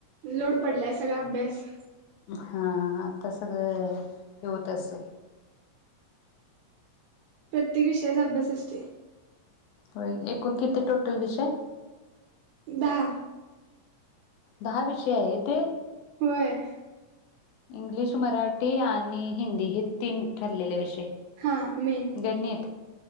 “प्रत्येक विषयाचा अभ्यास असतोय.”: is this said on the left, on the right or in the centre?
Right